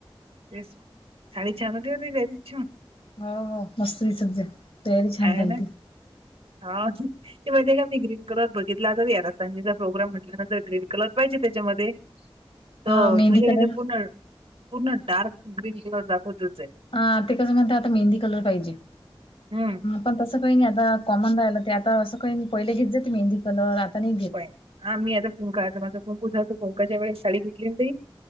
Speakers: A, on the right (about 80°); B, on the left (about 75°).
A: तेच साडी छान होती ओ <unintelligible>
B: हो, हो, मस्त दिसत जा. तयारी छान
A: आहे
B: झालती
A: ना? हो ना. ते म्हणजे का मी ग्रीन कलर बघितला. तर यारा संजेचा प्रोग्राम म्हटल्यानंतर ग्रीन कलर पाहिजे, त्याच्यामध्ये
B: <inaudible>
A: तर
B: मेहंदी
A: मी ते
B: कलर
A: ते पूर्ण पूर्ण डार्क ग्रीन कलर दाखवताच आहे.
B: ह ते कसं म्हणते, आता मेंदी कलर पाहिजे.
A: हम्म.
B: पण तसं काही नाही आता कॉमन राहिल ते आता असं काही नाही. पहिले घेत जाते मेंदी कलर आता नाहीेत घेत.
A: आहे. हा मी आता कुंका आता माझा कुंकुचा तो कुंकावाच्या वेळेस साडी घेतली होती.